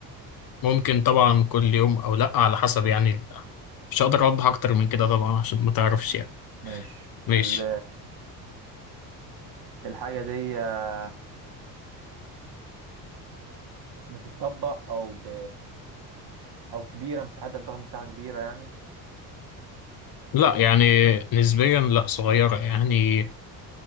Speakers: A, on the left; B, on the right.
A: ممكن طبعا كل يوم او لا على حسب يعني مش هقدر اوضح اكتر من كده طبعا عشان ما تعرفش يعني
B: ماشي
A: ماشي
B: ال- الحاجة دي آه، بتتطبق أو ب... أو كبيرة مساحتها بتاخد مساحة كبيرة يعني
A: لا يعني نسبيا لا صغيرة يعني